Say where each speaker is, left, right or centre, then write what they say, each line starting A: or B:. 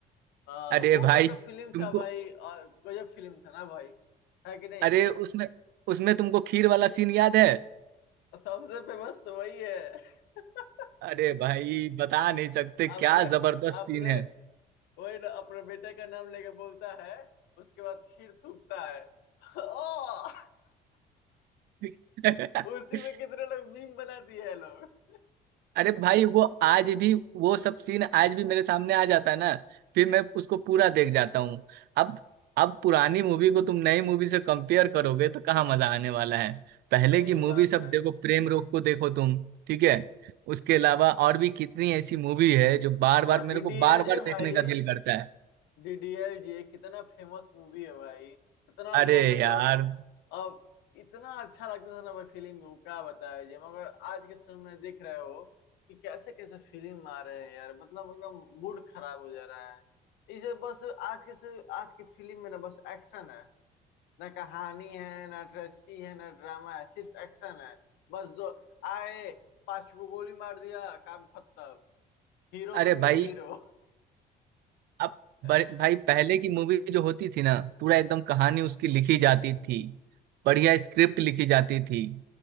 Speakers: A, on the left; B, on the right.
A: हाँ
B: अरे
A: वो
B: भाई
A: मतलब फिल्म
B: तुमको
A: था भाई और गजब फिल्म था ना भाई है कि नहीं
B: अरे उसमें उसमें तुमको खीर वाला सीन याद है
A: और सबसे फेमस तो वही है <laughs>
B: अरे भाई बता नहीं सकते क्या
A: आपने
B: जबरदस्त
A: आपने
B: सीन है
A: वही ना अपने बेटे का नाम लेके बोलता है उसके बाद खीर थूकता है <laughs> ओ
B: <laughs>
A: उसी में कितने लोग मीम बना दिए हैं लोग
B: अरे भाई वो आज भी वो सब सीन आज भी मेरे सामने आ जाता है ना फिर मैं उसको पूरा देख जाता हूँ अब अब पुरानी मूवी को तुम नई मूवी से कंपेयर करोगे तो कहाँ मजा आने वाला है पहले
A: सही
B: की मूवी
A: बात
B: सब
A: है
B: देखो प्रेम रोग को देखो तुम ठीक है उसके अलावा और भी कितनी ऐसी मूवी है जो बार बार
A: और
B: मेरे
A: डीडीएलजे
B: को बार बार
A: भाई
B: देखने का दिल करता है
A: डीडीएलजे कितना फेमस मूवी है भाई कितना
B: अरे
A: मो- मतलब
B: यार
A: अब इतना अच्छा लगता था ना भाई फिल्म में, वो क्या बताया जी मगर आज के समय में देख रहे हो कि कैसे कैसे फिल्म आ रहे हैं यार मतलब एकदम मूड खराब हो जा रहा है इसे बस आज के से आज की फिल्म में ना बस एक्शन है ना कहानी है ना ट्रेस्टी है ना ड्रामा है सिर्फ एक्शन है बस दो आए पांच को गोली मार दिया काम खत्म हीरो
B: अरे
A: बन गया
B: भाई
A: हीरो
B: अब
A: <laughs>
B: बर- भाई पहले की मूवी जो होती थी ना पूरा एकदम कहानी उसकी लिखी जाती थी बढ़िया स्क्रिप्ट लिखी जाती थी